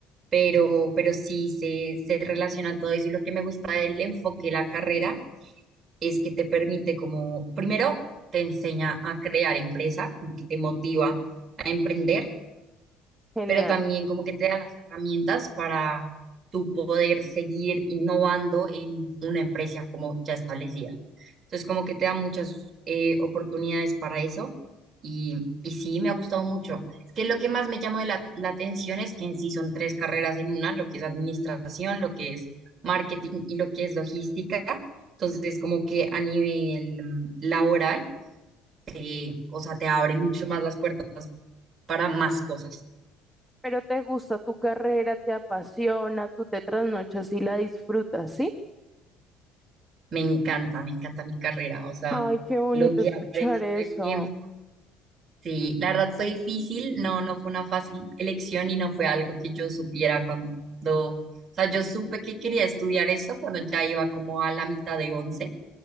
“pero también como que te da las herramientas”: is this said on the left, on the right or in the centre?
Right